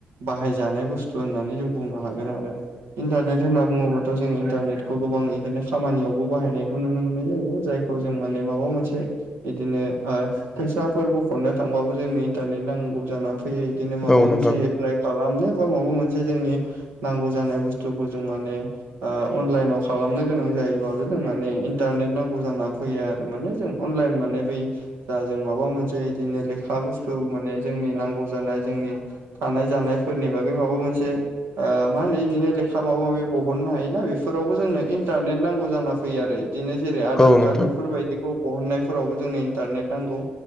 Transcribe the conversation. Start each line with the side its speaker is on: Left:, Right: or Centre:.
Right: बाहायजानाय बुस्थु होननानै जों बुंनो हागोन आरो। इन्टारनेट होनना बुङोबाथ' जों इन्टारनेटखौ गोबां बिदिनो खामानियावबो बाहायनायखौ नुनो मोननाय जायो। जायखौ जों माने माबा मोनसे बिदिनो ओ फैसाफोर बख'नो थांबाबो जोंनो इन्टारनेट नांगौ जानानै फैयो। बिदिनो माबा
Left: औ
Right: मोनसे
Left: नोंथां
Right: एफ्लाय खालामनो बा माबा मोनसे जोंनि नांगौ जानाय बुस्थुखौ जों माने ओ अनलाइनाव खालामनो गोनां जायोबाबो जों माने इन्टारनेट नांगौ जाना फैयो आरो माने जों अनलाइन माने बै दा जों माबा मोनसे इदिनो लेखा बुस्थु माने जोंनि नांगौ जानाय जोंनि थानाय जानायफोरनि बागै माबा मोनसे ओ मा होनो इदिनो लेखा माबा माबि बहननो हायोना बेफोरावबो जोंनो इन्टारनेट नांगौ जाना फैयो आरो इदिनो जेरै आधार
Left: औ नोंथां
Right: कार्ड बेफोरबायदिखौ बहननायफोरावबो जोंनो इन्टारनेट नांगौ।